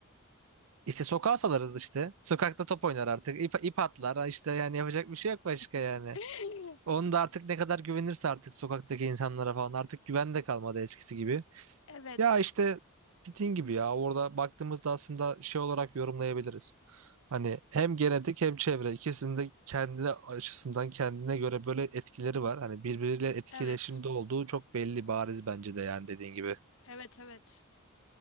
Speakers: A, on the right; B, on the left.
A: İşte sokağa salarız işte sokakta top oynar artık ip, ip atlar Ha işte yani yapacak bir şey yok başka yani
B: <laughs>
A: onu da artık ne kadar güvenirse artık sokaktaki insanlara falan artık güven de kalmadı eskisi gibi.
B: Evet,
A: Ya işte dediğin gibi ya orada baktığımızda aslında şey olarak yorumlayabiliriz. Hani hem genetik hem çevre ikisinin de kendi açısından kendine göre böyle etkileri var. Hani birbiriyle etkileşimde
B: evet,
A: olduğu çok belli bariz bence de yani dediğin gibi.
B: evet, evet.